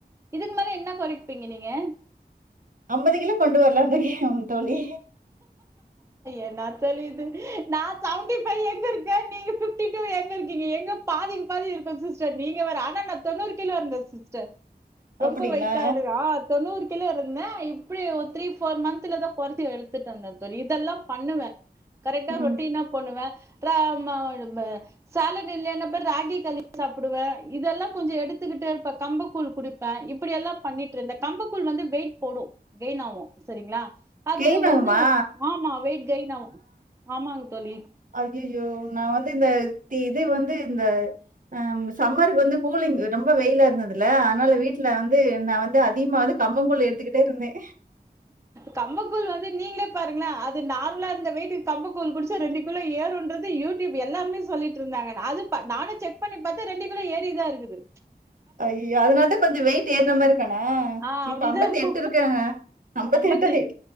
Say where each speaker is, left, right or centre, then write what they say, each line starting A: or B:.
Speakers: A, on the right; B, on the right.
A: இதுக்கு மேல என்ன கொறைப்பீங்க நீங்க
B: அம்பது கிலோ கொண்டு வர்லான் இருக்கே தோழி
A: என்ன தெளியிது நா செவென்டி ஃபைவ் எங்க இருக்கே நீங்க ஃபிப்டிடு எங்கருக்கீங்க எங்க பாதிக்கு பாதி இருக்கே சிஸ்டர் நீங்க வேற ஆனா நா தொண்ணூறு கிலோ இருந்தன் சிஸ்டர் ரொம்ப
B: அப்டிங்களா
A: வெயிட்டா இருகா ஆ தொண்ணூறு கிலோ இருந்தே இப் எப்டியு ஒரு த்ரீ ஃபோர் மந்த்துல தா கொறச்சு எடுத்துட்டுட்டாங்க தோழி இதெல்லா பண்ணுவேன் கரெக்டா
B: ம்
A: ரொட்டினா பண்ணுவே <unintelligible> சேலெட் இல்லயெனாகூட ராகி களி சாப்டுவே இதெல்லா கொஞ்சோ எடுத்துக்கிட்டு இப்ப கம்புக்கூழ் குடிப்பே இப்டியெல்லா பண்ணிட்ருந்தே கம்புக்கூழ் வந்து வெயிட் போடு கெயின் ஆகு சரிங்ளா அது
B: கெயின்
A: வந்து
B: ஆகுமா
A: ஆமா வெயிட் கெயின் ஆகு ஆமா தோழி
B: அய்யயோ நா வந்து இந்த இது வந்து இந்த அ சம்மர் வந்து கூலிங் ரொம்ப வெயிலாருந்ததுல அதனால வீட்ல வந்து நா வந்து அதிகமா வந்து கம்பங் கூழ் எடுத்துகிட்டேருந்தே
A: கம்பங்கூழ் வந்து நீங்ளே பாருங்ளே அது நார்மலா இருந்த வெய்டு கம்மங்கூழ் குடிச்சா ரெண்டு கிலோ ஏறோன்றது யூடியூப் எல்லாமே சொல்லிட்ருந்தாங்க அது ப நானு செக் பண்ணி பாத்தா ரெண்டு கிலோ ஏறிதாருக்குது
B: அய்யோ அதனால தா கொஞ்ச வெயிட் ஏற்ன மாரி இருக்கனா
A: ஆ அப்டிதா
B: இப்ப அம்பத்தி
A: இருக்கு
B: எட்டு இருக்கேங்க அம்பத்து
A: அம்பத்தி
B: எட்டுது
A: எட்டு